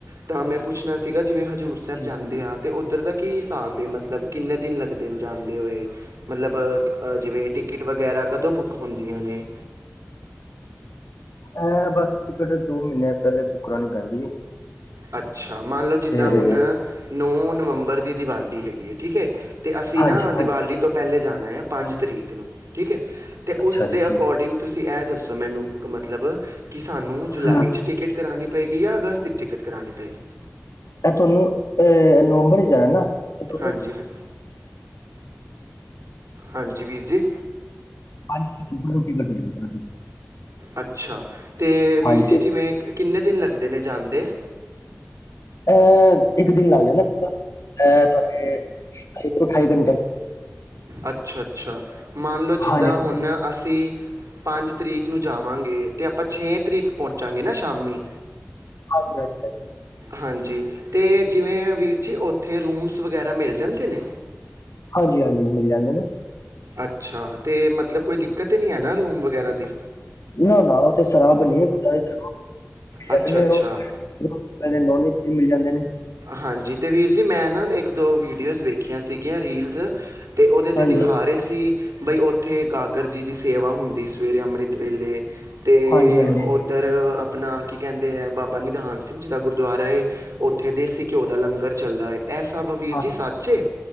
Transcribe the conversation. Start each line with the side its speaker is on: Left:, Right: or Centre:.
Right: ਤਾਂ ਮੈਂ ਪੁੱਛਣਾ ਸੀਗਾ ਜਿਵੇਂ 'ਹਜ਼ੂਰ ਸਾਹਿਬ'
Left: ਠੀਕ
Right: ਜਾਂਦੇ ਆ ਤੇ ਉੱਧਰ ਉਹਦਾ ਕੀ ਹਿਸਾਬ ਹੈ, ਮਤਲਬ ਕਿੰਨੇ ਦਿਨ ਲੱਗਦੇ ਨੇ ਜਾਂਦੇ ਹੋਏ? ਮਤਲਬ, ਜਿਵੇਂ ਟਿਕਟ ਵਗੈਰਾ ਕਦੋਂ ਬੁੱਕ ਹੁੰਦੀਆਂ ਨੇ?
Left: ਐਂ ਬਸ, ਟਿਕਟ ਦੋ ਮਹੀਨੇ ਪਹਿਲੇ ਬੁੱਕ ਕਰਾਣੀ ਪੈਂਦੀ ਹੈ।
Right: ਅੱਛਾ, ਮੰਨ ਲਓ ਜਿੱਦਾਂ
Left: ਤੇ
Right: ਹੁਣ, ਨੌਂ ਨਵੰਬਰ ਦੀ ਦੀਵਾਲੀ ਹੈਗੀ ਏ, ਠੀਕ ਹੈ। ਅਤੇ ਅਸੀਂ
Left: ਹਾਂਜੀ
Right: ਨਾ
Left: ਹਾਂਜੀ
Right: ਦਿਵਾਲੀ ਤੋਂ ਪਹਿਲੇ ਜਾਣਾ ਆ ਪੰਜ ਤਰੀਕ ਨੂੰ। ਠੀਕ ਏ, ਤੇ
Left: ਅੱਛਾ
Right: ਉਸ
Left: ਜੀ
Right: ਦੇ
Left: ਠੀਕ
Right: ਅਕੋਡਿੰਗ ਤੁਸੀਂ ਇਹ ਦੱਸੋ ਮੈਨੂੰ? ਮਤਲਬ, ਕਿ ਸਾਨੂੰ ਜੁਲਾਈ
Left: ਹਮ,
Right: 'ਚ' ਟਿਕਟ ਕਰਵਾਉਣੀ ਪਏਗੀ, ਜਾਂ ਅਗਸਤ 'ਚ' ਟਿਕਟ ਕਰਾਉਣੀ ਪਏਗੀ।
Left: ਇਹ ਤੁਹਾਨੂੰ, ਅਹ ਨਵੰਬਰ ਹੀ ਜਾਣਾ ਨਾ। ਇਹ ਤੁਹਾਨੂੰ
Right: ਹਾਂਜੀ- ਹਾਂਜੀ। ਹਾਂਜੀ ਵੀਰ ਜੀ।
Left: ਅ ਰੋਟੀ ਕੀ <unintelligible>
Right: ਅੱਛਾ, ਅਤੇ ਵੀਰ
Left: ਹਾਂਜੀ ਸਰ,
Right: ਜੀ ਜਿਵੇਂ, ਕਿੰਨੇ ਦਿਨ ਲੱਗਦੇ ਨੇ ਜਾਂਦੇ।
Left: ਅਹ ਇੱਕ ਦਿਨ ਲੱਗ ਜਾਂਦਾ ਪੂਰਾ, ਅ ਤੁਹਾਡੇ ਸਤਾਈ ਤੌ ਅਠਾਈ ਘੰਟੇ ਲ
Right: ਅੱਛਾ -ਅੱਛਾ ਮੰਨ ਲਓ,
Left: ਹਾਂਜੀ,
Right: ਜਿੱਦਾਂ
Left: ਹਾਂਜੀ।
Right: ਹੁਣ ਅਸੀਂ ਪੰਜ ਤਰੀਕ ਨੂੰ ਜਾਵਾਂਗੇ, ਤੇ ਆਪਾਂ ਛੇ ਤਰੀਕ ਪਹੁੰਚਾਂਗੇ ਨਾ ਸ਼ਾਮੀ।
Left: ਹਾਂਜੀ- ਹਾਂਜੀ।
Right: ਹਾਂਜੀ, ਅਤੇ ਜਿਵੇਂ ਵੀਰ ਜੀ ਉੱਥੇ ਰੂਮਸ ਵਗੈਰਾ ਮਿਲ ਜਾਂਦੇ ਨੇ।
Left: ਹਾਂਜੀ- ਹਾਂਜੀ, ਮਿਲ ਜਾਂਦੇ ਨੇ।
Right: ਅੱਛਾ, ਅਤੇ ਮਤਲਬ ਕੋਈ ਦਿੱਕਤ ਨਹੀਂ ਹੈ ਨਾ ਰੂਮ ਵਗੈਰਾ ਦੀ।
Left: ਨਾ- ਨਾ ਉਹਥੇ ਸਰਾਂ ਬਣੀ ਹੋਈ ਐ, ਗੁਰਦੁਆਰੇ ਇੱਧਰ। <unintelligible>
Right: ਅੱਛਾ ਅੱਛਾ
Left: ਕਦੇ ਨੋਨਵੈਜ ਵੀ ਮਿਲ ਜਾਂਦੇ ਨੇ।
Right: ਹਾਂਜੀ ਅਤੇ ਵੀਰ ਜੀ ਮੈਂ ਨਾ ਇੱਕ ਦੋ ਵੀਡੀਓਜ਼ ਵੇਖੀਆਂ ਸੀਗੀਆਂ ਰੀਲਸ ਤੇ ਉਹਦੇ ਤੇ
Left: ਹਾਂਜੀ,
Right: ਦਿਖਾ ਸੀ ਬਈ ਉੱਥੇ ਗਾਗਰ ਜੀ ਦੀ ਸੇਵਾ ਹੁੰਦੀ ਸਵੇਰੇ ਅੰਮ੍ਰਿਤ ਵੇਲੇ ਅਤੇ
Left: ਹਾਂਜੀ-ਹਾਂਜੀ,
Right: ਉੱਧਰ ਆਪਣਾ ਕੀ ਕਹਿੰਦੇ ਹੈ ਬਾਬਾ ਨਿਧਾਨ ਸਿੰਘ ਜੀ ਦਾ ਗੁਰਦੁਆਰਾ ਏ ਉੱ ਉੱਥੇ ਦੇਸੀ ਘਿਓ ਦਾ ਲੰਗਰ ਚੱਲਦਾ ਹੈ ਇਹ ਸਭ ਵੀਰ
Left: ਹਾਂ
Right: ਜੀ ਸੱਚ ਹੈ।